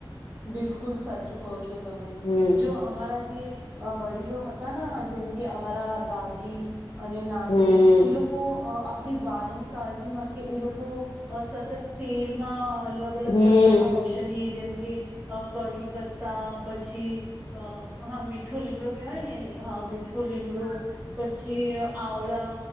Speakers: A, on the right; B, on the left.
A: બિલકુલ સાચું કહો છો તમે,
B: હમ
A: જો અમારા જે અ વડીલો હ તા ના જેમ કે અમારા દાદી અને નાની
B: હમ
A: એ લોકો અ આ પલી વાલની કાલજી માટે એ લોકો સતત તેલમાં અ અલગ અલગ
B: હમ
A: પ્રકાર ના ઔષધિ જેમ કે અ કઢી પત્તા પછી અ હા મી ઠો લીમો કેવાયને એને હા મીઠો લીમડું પછી આવડા